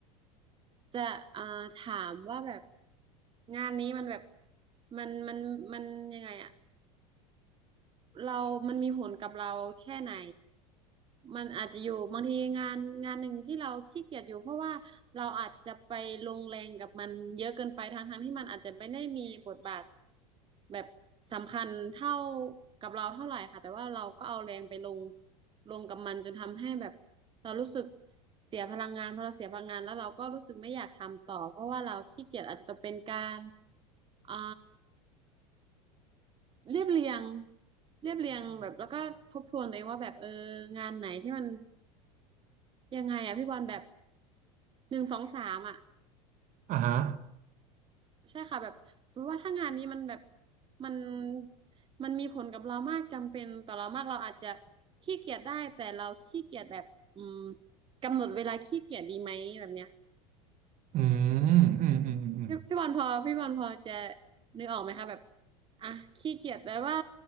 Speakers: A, on the right (about 30°); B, on the right (about 45°).
A: จะอ่าถามว่าแบบงานนี้มันแบบมันมันมันยังไงอ่ะ เรามันมีผลกับเราแค่ไหน มันอาจจะอยู่บางทีงานงานหนึ่งที่เราขี้เกียจอยู่เพราะว่าเราอาจจะไปลงแรงกับมันเยอะเกินไปทั้งทั้งที่มันอาจจะไม่ได้มีบทบาทแบบสำคัญเท่ากับเราเท่าไหร่ค่ะแต่ว่าเราก็เอาแรงไปลงลงกับมันจนทำให้แบบเรารู้สึกเสียพลังงานพอเราเสียพลังงานแล้วเราก็รู้สึกไม่อยากทำต่อเพราะว่าเราขี้เกียจอาจจะต้องเป็นการอ่า เรียบเรียงเรียบเรียงแบบแล้วก็ทบทวนตัวเองว่าแบบเอองานไหนที่มันยังไงอะพี่บอลแบบหนึ่งสองสามอะ
B: อ่าฮะ
A: ใช่ค่ะแบบสมมติว่าถ้างานนี้มันแบบมันมันมีผลกับเรามากจำเป็นต่อเรามากเราอาจจะขี้เกียจได้แต่เราขี้เกียจแบบอืมกำหนดเวลาขี้เกียจดีไหมแบบเนี้ย
B: อืมอืมอืมอืมอืม
A: พี่พี่บอลพอพี่บอลพอจะนึกออกไหมคะแบบอ่ะขี้เกียจแต่ว่า